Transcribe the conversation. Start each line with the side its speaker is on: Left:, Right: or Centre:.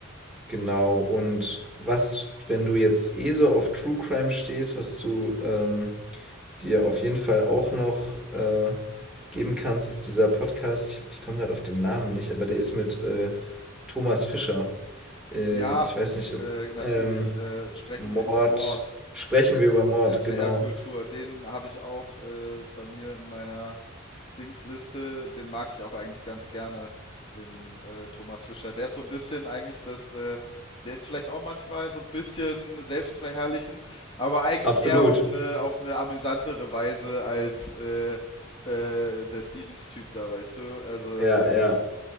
Centre: genau. Und was, wenn du jetzt eh so auf True Crime stehst, was du ähm, dir auf jeden Fall auch noch äh, geben kannst, ist dieser Podcast. Ich, ich komme gerade auf den Namen nicht, aber der ist mit äh, Thomas Fischer. Äh,
Left: Ja,
Centre: ich weiß nicht, ob
Left: äh, natürlich.
Centre: ähm,
Left: Äh, sprechen
Centre: Mord.
Left: wir über Mord.
Centre: Sprechen wir über Mord,
Left: SWR
Centre: genau.
Left: Kultur. Den habe ich auch äh, bei mir in meiner Dingsliste. Den mag ich auch eigentlich ganz gerne. Den äh, Thomas Fischer. Der ist so ein bisschen eigentlich das, äh, der ist vielleicht auch manchmal so ein bisschen selbstverherrlichend, aber eigentlich
Centre: Absolut.
Left: eher auf eine, auf eine amüsantere Weise als äh, äh, der Stevens-Typ da, weißt du? Also
Centre: Ja,
Left: den,
Centre: ja.